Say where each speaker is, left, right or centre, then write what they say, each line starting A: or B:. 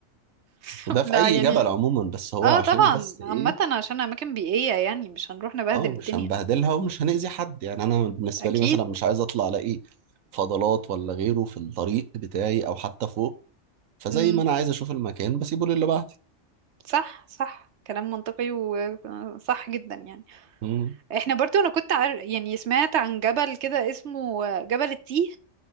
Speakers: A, on the right (about 65°); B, on the right (about 80°).
A: <laughs>
B: وده في
A: لا
B: اي
A: يعني
B: جبل عموما بس هو
A: اه
B: عشان
A: طبعا
B: بس ايه
A: عامة عشان اماكن بيئية يعني مش هنروح نبهدل
B: اه مش
A: الدنيا
B: هنبهدلها ومش هنأذي حد يعني انا بالنسبه
A: اكيد
B: لي مثلا مش عايز اطلع الاقي فضلات ولا غيره في الطريق بتاعي او حتى فوق فزي
A: امم
B: ما انا عايز اشوف المكان بسيبه للي بعدي
A: صح صح كلام منطقي وصح جدا يعني
B: مم.
A: احنا برضو انا كنت عار... يعني سمعت عن جبل كده اسمه جبل التيه